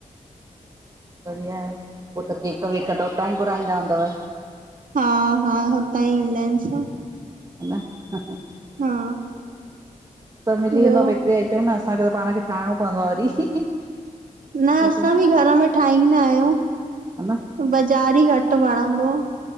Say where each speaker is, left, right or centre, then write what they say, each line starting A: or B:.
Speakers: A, on the right; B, on the right.
A: बढ़िया आहे। पो त केक वेक त उतां ई घुराईंदा हूंदव।
B: हा, हा हुतां ई ईंदा आहिन सभ।
A: हन
B: हा
A: सभ मिली वेंदो
B: ॿियो
A: आ बेकरी आइटम न, असांखे त पाण खे ठाहिणो पवंदो आ वरी।
B: न
A: हा
B: असां बी घर में ठाहींदा आहियूं।
A: न
B: बज़ारी घट वणंदो आ।